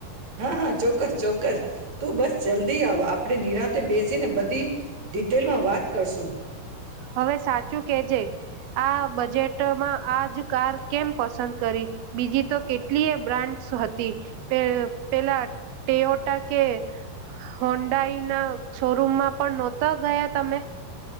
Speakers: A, on the right; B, on the right.
A: હા, હા, ચોક્કસ ચોક્કસ. તું, બસ જલ્દી આવો. આપણે નિરાંત બેસીને બધી ડિટેલમાં વાત કરશું
B: હવે સાચું કેજે. આ બજેટમાં આજ કાર કેમ પસંદ કરી. બીજી તો કેટલીય બ્રાન્ડસ હતી. પ પેલા ટેઓટા કે હોન્ડાાઈના શોરૂમમાં પણ નહોતા ગયા તમે?